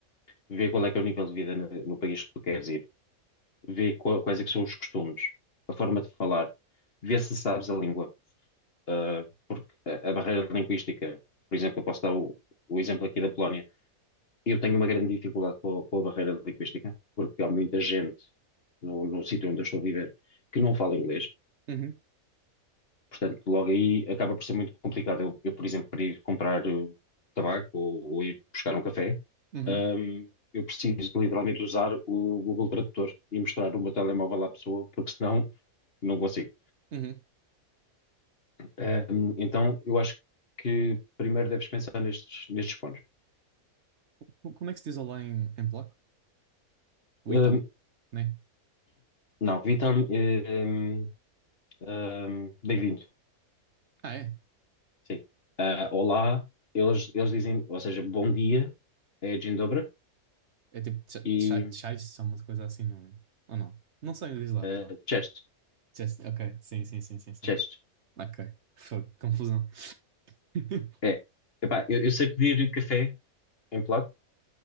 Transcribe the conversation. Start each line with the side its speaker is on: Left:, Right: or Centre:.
Left: vê qual é que é o nível de vida no, no país que tu queres ir, vê qual- quais é que são os costumes, a forma de falar, vê se sabes a língua. Uh, porque a, a barreira linguística, por exemplo, eu posso dar o, o exemplo aqui da Polónia. Eu tenho uma grande dificuldade com a, com a barreira linguística, porque há muita gente no, no sítio onde eu estou a viver que não fala inglês.
Right: Uhum.
Left: Portanto, logo aí acaba por ser muito complicado. Eu, eu por exemplo, para ir comprar uh, tabaco ou, ou ir buscar um café,
Right: Uhum.
Left: um, eu preciso de literalmente usar o Google Tradutor e mostrar o meu telemóvel à pessoa, porque senão não consigo.
Right: Uhum.
Left: Ahm, então, eu acho que primeiro deves pensar nestes, nestes pontos.
Right: Co- Como é que se diz olá em, em polaco? Witam,
Left: Ahm,
Right: né?
Left: não, Vitam, ahm, ahm, bem-vindo.
Right: Ah, é?
Left: Sim. Ah, olá, eles, eles dizem, ou seja, bom dia, é Dzień dobry,
Right: É tipo tcha-
Left: e
Right: tcha- tchau, uma coisa assim, não é? Ou não? Não sei, diz lá,
Left: ah,
Right: diz lá.
Left: cześć,
Right: Just- Ok, sim, sim, sim, sim, sim.
Left: cześć.
Right: Ok. Fogo, confusão. <laughs>
Left: É. Epá, eu, eu sei pedir café em polaco,